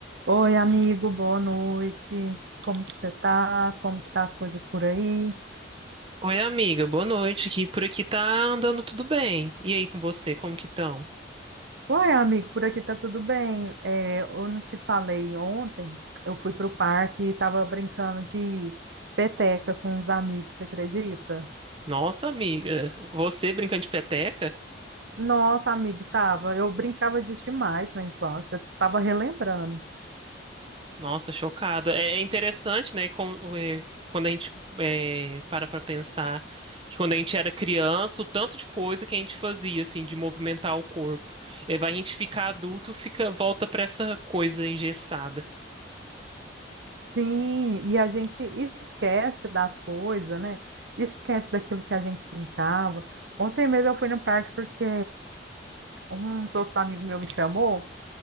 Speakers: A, on the right; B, on the right.
A: Oi, amigo, boa noite. Como que você tá? Como que tá as coisas por aí?
B: Oi, amiga, boa noite. Que por aqui tá andando tudo bem. E aí com você, como que estão?
A: Uai, amigo, por aqui tá tudo bem. É, eu não te falei ontem, eu fui pro parque e tava brincando de peteca com uns amigos, você acredita?
B: Nossa, amiga, você brincando de peteca?
A: Nossa, amigo, tava. Eu brincava disso demais na infância, eu tava relembrando.
B: Nossa, chocada. É é interessante, né? com- é, quando a gente é, para pra pensar que quando a gente era criança, o tanto de coisa que a gente fazia, assim, de movimentar o corpo. E aí vai a gente ficar adulto, fica, volta pra essa coisa engessada.
A: Sim, e a gente esquece das coisas, né? Esquece daquilo que a gente brincava. Ontem mesmo eu fui no parque porque uns outros amigos meus me chamou